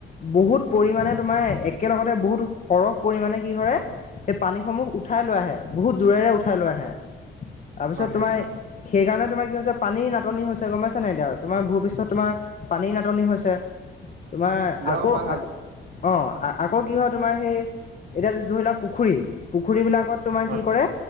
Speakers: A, on the left; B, on the right.
A: বহুত পৰিমাণে তোমাৰ একেলগতে বহুত সৰহ পৰিমাণে কি কৰে সেই পানীসমূহ উঠাই লৈ আহে, বহুত জোৰেৰে উঠাই লৈ আহে, তাৰপিছত
B: হয় হয়
A: তোমাৰ
B: হয়
A: সেইকাৰণে, তোমাৰ কি হৈছে পানীৰ নাটনি হৈছে, গম পাইছা নাই এতিয়া তোমাৰ ভৱিষ্যত তোমাৰ পানীৰ নাটনি হৈছে, তোমাৰ
B: যে
A: আকৌ,
B: অ হয় হয়
A: আকৌ অ', আ আকৌ কি হয় তোমাৰ এ, এতিয়া ধৰি লোৱা পুখুৰী, পুখুৰী বিলাকত তোমাৰ
B: হয় হয়
A: কি কৰে